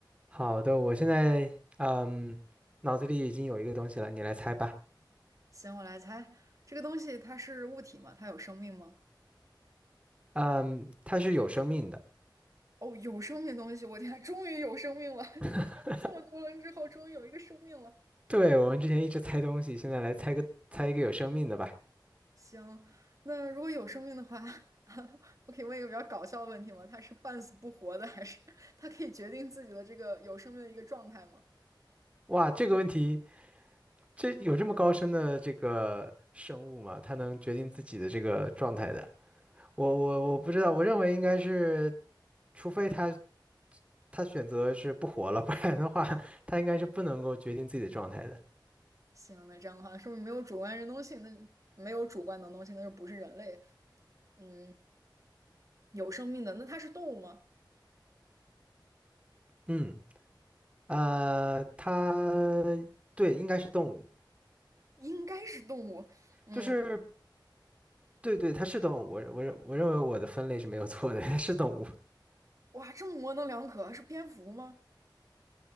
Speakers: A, on the right; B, on the right.
A: 好的，我现在嗯，脑子里已经有一个东西了，你来猜吧。
B: 行，我来猜，这个东西它是物体吗？它有生命吗？
A: 嗯，它是有生命的。
B: 哦，有生命的东西，我天啊 <laughs> 终于有生命了！
A: <laughs>
B: <laughs> 这么多轮之后，终于有一个生命了。
A: 对，我们之前一直猜东西，现在来猜个猜一个有生命的吧。
B: 行，那如果有生命的话，<laughs> 我可以问一个比较搞笑的问题吗？它是半死不活的，还是它可以决定自己的这个有生命的一个状态吗？
A: 哇，这个问题，这有这么高深的这个生物吗？它能决定自己的这个状态的？我我我不知道，我认为应该是，除非它它选择是不活了，<laughs> 不然的话，它应该是不能够决定自己的状态的。
B: 行，那这样的话，说明没有主观能动性，那就没有主观能动性，那就不是人类。嗯，有生命的，那它是动物吗？
A: 嗯，呃，它对，应该是动物，
B: 应该是动物。嗯。
A: 就是。对对，它是动物，我我认我认为我的分类是没有错的，<laughs> 它是动物
B: 哇，这么模棱两可，是蝙蝠吗？